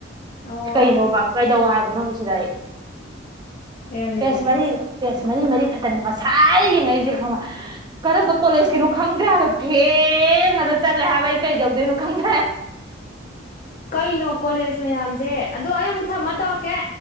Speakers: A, on the left (about 40°); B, on the right (about 20°).
A: ꯑꯣ
B: ꯀꯩꯅꯣꯕ ꯀꯩꯗꯧ ꯍꯥꯏꯕꯅꯣ ꯁꯤꯗ ꯑꯩ
A: ꯄꯦꯜꯂꯦꯗ
B: ꯄꯦꯁ
A: ꯑꯩ
B: ꯃꯔꯤ ꯄꯦꯁ ꯃꯔꯤ ꯃꯔꯤ ꯈꯠꯇꯅꯦ ꯉꯁꯥꯏꯅ ꯌꯦꯡꯉꯛꯏꯁꯦ ꯀꯔꯝꯕ ꯀꯣꯂꯦꯖꯀꯤꯅꯣ ꯈꯪꯗ꯭ꯔꯦ ꯍꯥꯏꯕ ꯐꯦꯜ ꯐꯦꯜ ꯉꯥꯛꯇ ꯆꯠꯂꯦ ꯍꯥꯏꯕ ꯑꯩ ꯀꯩꯗꯧꯗꯣꯏꯅꯣ ꯈꯪꯗ꯭ꯔꯦ
A: ꯀꯩꯅꯣ ꯀꯣꯂꯦꯖ ꯃꯌꯥꯝꯁꯦ ꯑꯗꯣ ꯑꯩ ꯑꯃꯨꯛ ꯊꯝꯃ ꯇꯧꯔꯛꯀꯦ